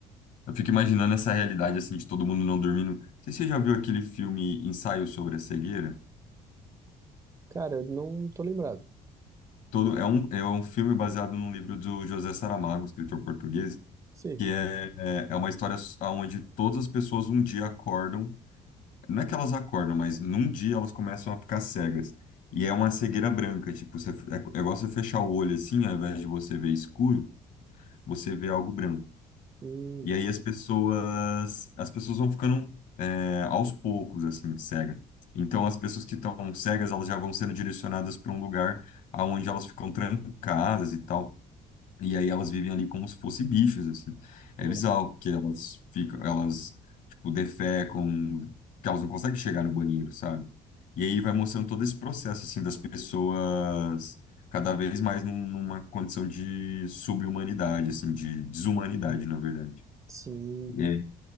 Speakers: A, on the left (about 60°); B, on the right (about 20°).
A: Eu fico imaginando essa realidade, assim, de todo mundo não dormindo. Não sei se você já viu aquele filme Ensaio sobre a Cegueira?
B: Cara, eu não tô lembrado.
A: Todo, é um, é um filme baseado num livro do José Saramago, escritor português.
B: Sei.
A: que é, é é uma história onde todas as pessoas um dia acordam, não é que elas acordam, mas num dia elas começam a ficar cegas. E é uma cegueira branca, tipo, você, é, é igual você fechar o olho assim, ao invés de você ver escuro, você vê algo branco.
B: Hum,
A: E aí as pessoas, as pessoas vão ficando é, aos poucos, assim, cega. Então as pessoas que estão cegas, elas já vão sendo direcionadas para um lugar aonde elas ficam trancadas e tal. E aí elas vivem ali como se fossem bichos, assim. É
B: nossa.
A: bizarro, porque elas ficam, elas, tipo, defecam, porque elas não conseguem chegar no banheiro, sabe? E aí vai mostrando todo esse processo, assim, das pessoas cada vez mais num- numa condição de subhumanidade, assim, de desumanidade, na verdade.
B: Sim.
A: É,